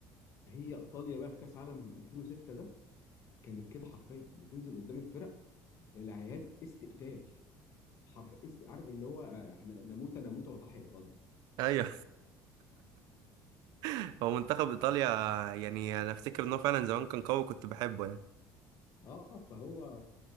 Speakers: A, on the left; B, on the right.
A: هي ايطاليا بقى في كاس عالم 2006 ده كانت كده حرفيا بتنزل قدام الفرق العيال استقتال حرف است... عارف اللي هو آه، احنا نموت نموت وتحيا ايطاليا
B: ايوه <laughs> هو منتخب ايطاليا يعني انا افتكر ان هو فعلا زمان كان قوي كنت بحبه يعني
A: اه فهو